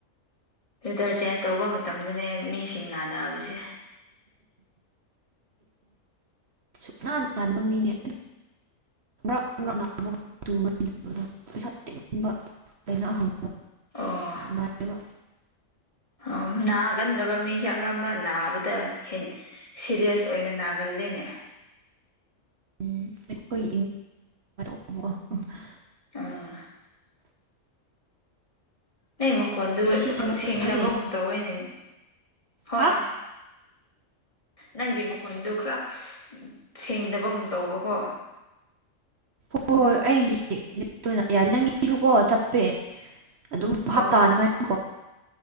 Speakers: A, on the left; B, on the right.
A: ꯋꯤꯟꯇꯔ ꯆꯦꯟꯖ ꯇꯧꯕ ꯃꯇꯝꯗꯅꯦ ꯃꯤꯁꯤꯡ ꯅꯥꯅꯕꯁꯦ
B: ꯁꯨꯛ ꯅꯥꯟꯅ ꯕ ꯃꯤꯅꯦ ꯕ ꯅꯥ <unintelligible> ꯄꯩꯁꯥ ꯇꯤꯡꯅꯤꯡꯕ ꯂꯥꯏꯅꯍꯨꯝ
A: ꯑ‌ꯣ
B: ꯅꯥꯏꯌ‌ꯦꯕꯥ
A: ꯑꯣ ꯅꯥꯒꯟꯗꯕ ꯃꯤꯁꯦ ꯑꯃꯛ ꯑꯃꯛ ꯅꯥꯕꯗ ꯍꯦꯟ ꯁꯤꯔꯤꯌ‌ꯦꯁ ꯑꯣꯏꯅ ꯅꯥꯒꯜꯂ‌ꯦꯅꯦ
B: ꯎꯝ ꯑꯩꯈ‌ꯣꯏ <unintelligible> ꯋꯥ <unintelligible>
A: ꯑꯥ ꯅꯪ ꯃꯈꯣꯟꯗꯨ
B: ꯉꯁꯤ ꯊꯕꯛ
A: ꯁꯦꯡꯗꯕꯒꯨꯝ
B: ꯆꯠꯀꯅꯤ
A: ꯇꯧꯋꯦꯅꯦ ꯍꯣꯏ
B: ꯍꯥ
A: ꯅꯪꯒꯤ ꯃꯈꯣꯟꯗꯨ ꯈꯔ ꯁꯦꯡꯗꯕꯒꯨꯝ ꯇꯧꯕꯀꯣ
B: ꯍꯣꯏ ꯍꯣꯏ ꯑꯩꯒꯤ <unintelligible> ꯌꯥꯔꯦ ꯅꯪꯒꯤꯁꯨꯀꯣ ꯆꯞꯄꯦ ꯑꯗꯨꯝ ꯕꯥꯞꯇꯥꯅꯤꯉꯥꯏꯀ‌ꯣ
A: ꯑꯣ